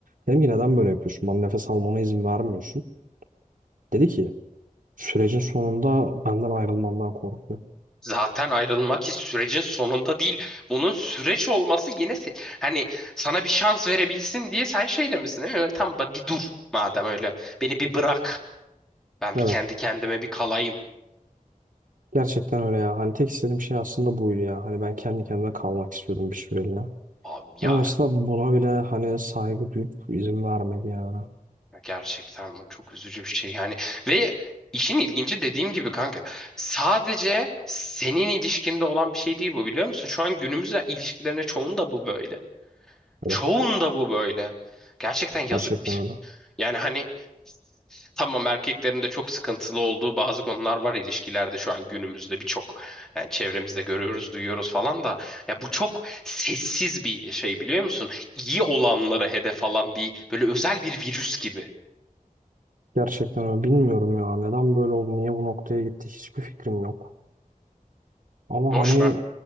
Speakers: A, on the right; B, in the centre.
A: Dedim ki neden böyle yapıyorsun? Bana nefes almama izin vermiyorsun. Dedi ki sürecin sonunda benden ayrılmandan korkuyor.
B: zaten ayrılmak hiç sürecin sonunda değil. Bunun süreç olması yine se- hani sana bir şans verebilsin diye sen şey demişsin değil Evet, Tamam bir dur madem öyle. Beni bir bırak. Ben
A: Evet.
B: bir kendi kendime bir kalayım.
A: Gerçekten öyle ya. Hani tek istediğim şey aslında buydu ya. Hani ben kendi kendime kalmak istiyordum bir süreliğine.
B: Abi
A: Ama
B: ya
A: mesela buna bile hani saygı duyup izin vermedi yani.
B: Ya Gerçekten bu çok üzücü bir şey yani. Ve işin ilginci dediğim gibi kanka sadece senin ilişkinde olan bir şey değil bu biliyor musun? Şu an günümüz ilişkilerine çoğunda bu böyle. Çoğunda
A: Evet.
B: bu böyle. Gerçekten yazık
A: Gerçekten
B: bir. şey.
A: öyle.
B: Yani hani Tamam erkeklerin de çok sıkıntılı olduğu bazı konular var ilişkilerde şu an günümüzde birçok yani çevremizde görüyoruz, duyuyoruz falan da ya bu çok sessiz bir şey biliyor musun? İyi olanlara hedef alan bir böyle özel bir virüs gibi.
A: Gerçekten öyle. Bilmiyorum ya. Neden böyle oldu? Niye bu noktaya gitti? Hiçbir fikrim yok. Ama
B: Boş
A: hani
B: mu?